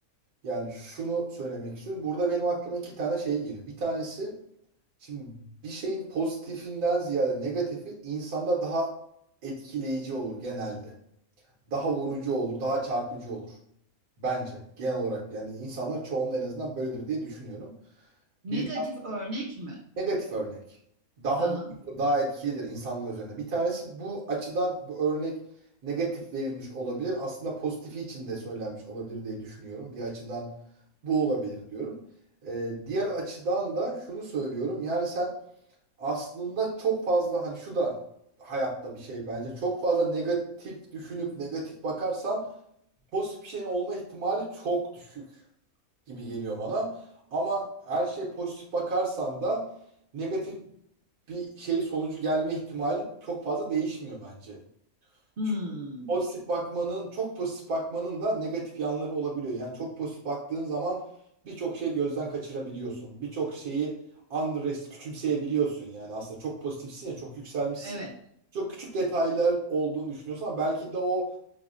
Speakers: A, on the right; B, on the right.
A: Yani şunu söylemek istiyorum. Burada benim aklıma iki tane şey geliyor. Bir tanesi şimdi bir şeyin pozitifinden ziyade negatifi insanda daha etkileyici olur genelde. Daha vurucu olur, daha çarpıcı olur. Bence genel olarak yani insanlar çoğunluğu en azından böyledir diye düşünüyorum.
B: negatif
A: Bir
B: örnek mi?
A: negatif örnek. Daha
B: Aha.
A: vurucudur, daha etkilidir insanlar üzerine. Bir tanesi bu açıdan bu örnek negatif verilmiş olabilir. Aslında pozitifi için de söylenmiş olabilir diye düşünüyorum. Bir açıdan bu olabilir diyorum. Ee, diğer açıdan da şunu söylüyorum. Yani sen aslında çok fazla hani şu da hayatta bir şey bence. Çok fazla negatif düşünüp negatif bakarsan pozitif bir şeyin olma ihtimali çok düşük gibi geliyor bana. Ama her şeye pozitif bakarsan da negatif bir şey sonucu gelme ihtimali çok fazla değişmiyor bence.
B: Hmm,
A: Çünkü pozitif bakmanın, çok pozitif bakmanın da negatif yanları olabiliyor. Yani çok pozitif baktığın zaman birçok şeyi gözden kaçırabiliyorsun. Birçok şeyi underest küçümseyebiliyorsun. Yani aslında çok pozitifsin ya, çok yükselmişsin.
B: evet.
A: Çok küçük detaylar olduğunu düşünüyorsun ama belki de o